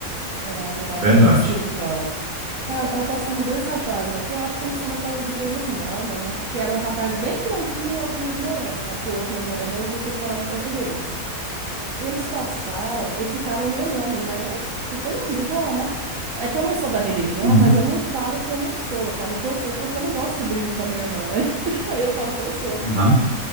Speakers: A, on the right; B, on the right.
A: É, no lado
B: Verdade.
A: da espiritual. Cara, tava passando dois rapazes aqui, eu acho que eles são daquelas igrejas mórmon, né? Que era um rapaz bem branquinho, o outro mais moreno, né? Que o outro mais moreno, eu vi que ele falava português. Eles passaram e ficaram me olhando, né? Eu fico olhando de boa, né? É que eu não sou da religião,
B: Uhum.
A: mas eu não falo que eu não sou, eu falo que eu sou porque eu não gosto que briguem com a minha irmã, né? <laughs> Aí eu falo que eu sou.
B: Tá?